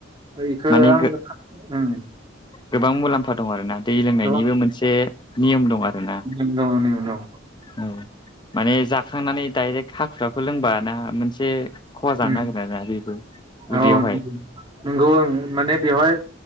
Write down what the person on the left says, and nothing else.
माने
गोबां मुलाम्फा दं आर ना दै लोंनायनिबो
मोनसे नियम दं आर ना
औ माने जाखांनानै डाइरेक्ट हाखु दाखु लोंबा ना मोनसे खहा जानो
नागिर आरो बेबो
उदैयावहाय